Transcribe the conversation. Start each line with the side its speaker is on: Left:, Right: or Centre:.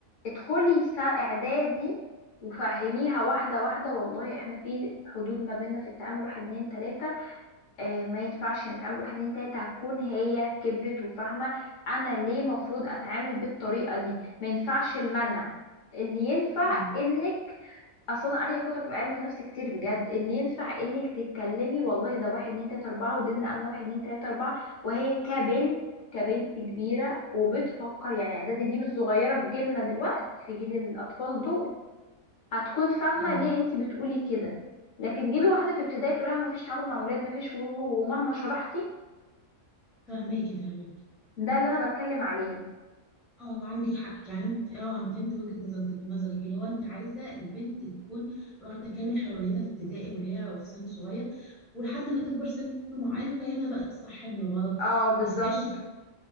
Left: ادخلي سا اعدادي وفهميها واحدة واحدة والله احنا في حدود ما بيننا في التعامل واحد اتنين تلاتة آه، ما ينفعش نتعامل واحد اتنين تلاته هتكون هي كبرت وفاهمة انا ليه مفروض اتعامل بالطريقة دي ما ينفعش المنع اللي ينفع
Centre: امم
Left: انك اصلا قارية كتب علم نفس كتير بجد اللي ينفع انك تتكلمي والله ده واحد اتنين تلاته اربعة ودينا انا واحد اتنين تلاته اربعة وهي كبنت كبنت كبيرة وبتفكر يعني اعدادي دي مش صغيرة في جيلنا دلوقتي في جيل الاطفال دول هتكون فاهمة
Centre: ايوه
Left: ليه انت بتقولي كده لكن جيبي واحدة في ابتدائي تقولها مفيش تعامل مع ولاد مفيش و- و- ومهما شرحتي
Centre: فهماكي فهماكي
Left: ده اللي انا بتكلم عليه
Centre: اه عندك حق يعني انت اه انا فهمت وجهة نظرك نظرك اللي هو انت عايزه البنت تكون واخده كامل حريتها في ابتدائي واللي هي في سن صغير ولحد ما تكبر سن معين فهمها بقى الصح من الغلط
Left: اه بالظبط
Centre: بس تعيش طفولة